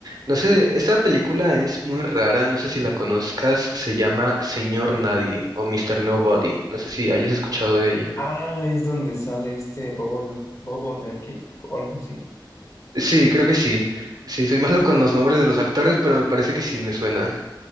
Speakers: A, on the right; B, on the left.
A: No sé, esta película es muy rara, no sé si la conozcas, se llama Señor Nadie o Mr. Nobody. No sé si hayas escuchado de ella.
B: Ah, es donde sale este Bob, Oden- Bob Underkick o algo así.
A: Sí, creo que sí. Sí, soy <laughs> malo con los nombres de los actores, pero me parece que sí me suena.